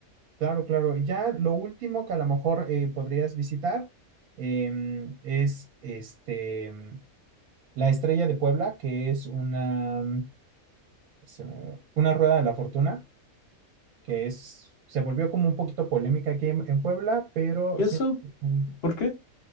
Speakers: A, on the right (about 75°); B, on the left (about 50°).
A: Claro, claro. Y ya lo último que a lo mejor eh, podrías visitar em, es este, em, la Estrella de Puebla, que es una, mm, se me- una rueda de la fortuna, que es, se volvió como un poquito polémica aquí en, en Puebla, pero
B: ¿Y
A: sí,
B: eso?
A: es un-
B: ¿Por qué?